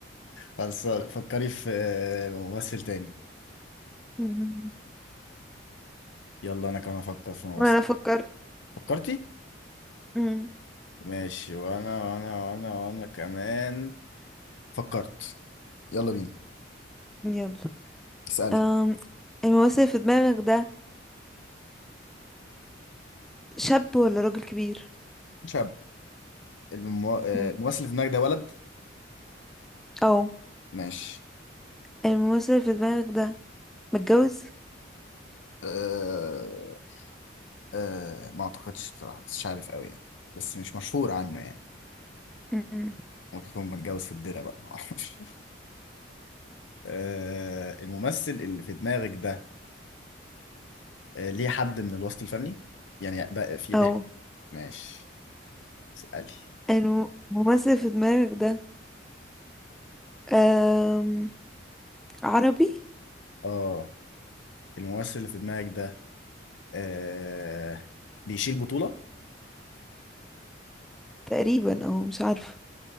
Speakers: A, on the left (about 80°); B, in the centre.
A: خلاص فكري في آه، ممثل تاني
B: مم.
A: يلا أنا كمان أفكر في ممثل
B: ما انا فكرت
A: فكرتي؟
B: مم.
A: ماشي وأنا وأنا وأنا وأنا كمان فكرت يلا بينا
B: يلا
A: اسألي
B: أم الممثل اللي في دماغك ده شاب ولا راجل كبير
A: شاب الممو- آه،
B: مم.
A: الممثل اللي في دماغك ده ولد؟
B: او
A: ماشي
B: الممثل اللي في دماغك ده متجوز
A: أه أه ما أعتقدش بصراحة بس مش عارف أوي يعني بس مش مشهور عنه يعني
B: مم.
A: ممكن يكون متجوز في الدرة بقى <laughs> معرفش آه، الممثل اللي في دماغك ده آه، ليه حد من الوسط الفني يعني بقى في
B: او
A: ليه ماشي اسألي
B: الممثل اللي في دماغك ده أم عربي
A: اه الممثل اللي في دماغك ده آه، بيشيل بطولة
B: تقريبا او مش عارفه